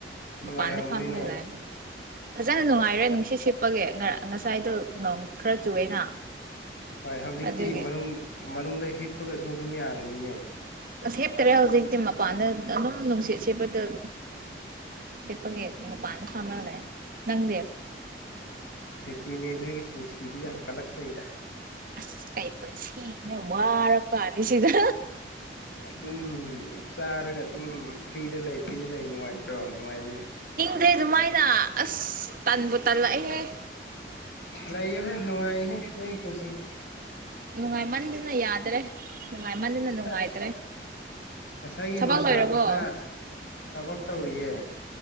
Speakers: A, on the left; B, on the right.
A: ꯅꯨꯡꯉꯥꯏꯔꯝꯃꯅꯤꯅꯦ
B: ꯃꯄꯥꯟꯗ ꯐꯥꯝꯃꯒꯂꯑꯦ ꯐꯖꯅ ꯅꯨꯡꯉꯥꯏꯔꯦ ꯅꯨꯡꯁꯤꯠ ꯁꯤꯠꯄꯒꯤꯦ ꯉꯁꯥꯏꯗꯣ ꯅꯣꯡ ꯈꯔ ꯆꯨꯑꯦꯅ
A: ꯍꯣꯏ ꯍꯧꯖꯤꯛꯇꯤ
B: ꯑꯗꯨꯒꯤ
A: ꯃꯅꯨꯡꯗ ꯍꯤꯠꯄꯒꯁꯨ ꯑꯗꯨꯝ ꯌꯥꯔꯅꯤꯅꯦ
B: ꯁꯦꯞꯇꯔꯦ ꯍꯧꯖꯤꯛꯇꯤ ꯃꯄꯥꯟꯗ ꯑꯗꯨꯝ ꯅꯨꯡꯁꯤꯠ ꯁꯦꯄ ꯑꯗꯨ ꯑꯗꯨ ꯁꯤꯦꯄꯒꯦ ꯄꯥꯅ ꯐꯝꯕꯅ ꯅꯪꯗꯦꯕ
A: ꯑꯗꯨꯅꯦ ꯅꯣꯏꯒꯤ ꯄꯨꯟꯁꯤꯗꯤ ꯌꯥꯝ ꯀꯜꯂꯛꯆꯩꯗ
B: ꯑꯁ ꯀꯩ ꯄꯨꯟꯁꯤꯅ ꯋꯥꯔ ꯀꯅꯤ ꯁꯤꯗ
A: ꯑꯗꯨꯝ ꯆꯥꯔꯒ ꯑꯗꯨꯝ ꯐ꯭ꯔꯤꯗ ꯂꯩ ꯐ꯭ꯔꯤꯗ ꯂꯩ ꯅꯨꯡꯉꯥꯏꯇ ꯑꯣ ꯅꯨꯡꯉꯥꯏꯅꯦ
B: ꯑꯗꯩ ꯑꯗꯨꯃꯥꯏꯅ ꯑꯁ ꯇꯟꯕꯨ ꯇꯜꯂꯛꯑꯦꯍ
A: ꯂꯩꯥꯏꯌ ꯍ ꯅꯨꯡꯉꯥꯏ ꯍ ꯂꯩ ꯈꯨꯁꯤꯁꯤꯦ
B: ꯅꯨꯡꯉꯥꯏꯃꯟꯗꯅ ꯌꯥꯗ꯭ꯔꯦ ꯅꯨꯡꯉꯥꯏꯃꯟꯗꯅ ꯅꯨꯡꯉꯥꯏꯇ꯭ꯔꯦ
A: ꯑꯁ ꯉꯁꯥꯏꯒꯤ
B: ꯊꯕꯛ
A: ꯅꯨꯡꯁꯥ
B: ꯂꯣꯏꯔꯕꯣ
A: ꯈꯨꯁꯥ ꯊꯕꯛ ꯇꯧꯔꯤꯌꯦ